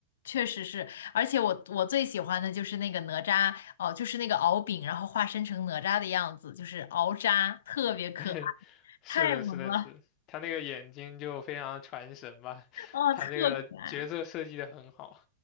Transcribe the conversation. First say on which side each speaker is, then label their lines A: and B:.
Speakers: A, on the left (about 60°); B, on the left (about 40°).
A: 确实是，而且我我最喜欢的就是那个哪吒哦，就是那个敖丙，然后化身成哪吒的样子，就是敖吒，特别可爱，
B: <laughs> 是的，
A: 太萌了，
B: 是的，是，他那个眼睛就非常传神吧，
A: <laughs> 啊，
B: 他那个角色设计的很好。
A: 特可爱。